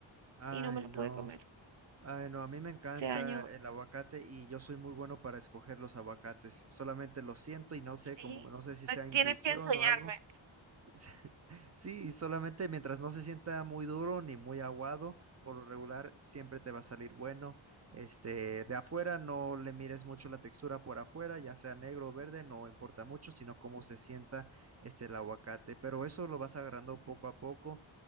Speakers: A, on the right; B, on the right.
A: Ay,
B: y no me lo
A: no.
B: pude comer.
A: Ay, no, a mí me encanta
B: Se dañó.
A: el aguacate y yo soy muy bueno para escoger los aguacates. Solamente lo siento y no sé
B: Sí,
A: cómo, no sé si sea
B: eh,
A: intuición
B: tienes que enseñarme.
A: o algo. <laughs> Sí, y solamente mientras no se sienta muy duro ni muy aguado, por lo regular siempre te va a salir bueno. Este, de afuera no le mires mucho la textura por afuera, ya sea negro o verde, no importa mucho, sino cómo se sienta este el aguacate, pero eso lo vas agarrando poco a poco.